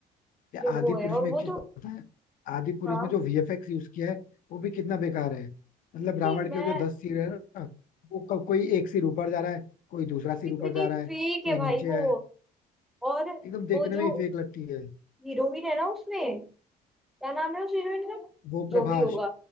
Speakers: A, on the left; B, in the centre.
A: या
B: जो
A: आदि
B: वो है
A: पुरुष
B: और
A: में
B: वो
A: एक चीज
B: तो
A: पता है आदि पुरुष
B: हाँ
A: में जो वीएफएक्स यूज किया है वो भी कितना बेकार है मतलब
B: कितनी
A: रावण
B: मैं
A: के जो दस सिर है ना वो को, कोई एक सिर ऊपर जा रहा है कोई दूसरा सिर
B: कितनी
A: ऊपर जा
B: फेक
A: रहा है कोई
B: है भाई
A: नीचे
B: वो
A: है
B: और
A: एकदम देखने
B: वो
A: में
B: जो
A: ही फेक लगती है
B: हीरोइन है ना उसमें क्या नाम है उस हीरोइन का
A: वो
B: जो
A: प्रभास
B: भी होगा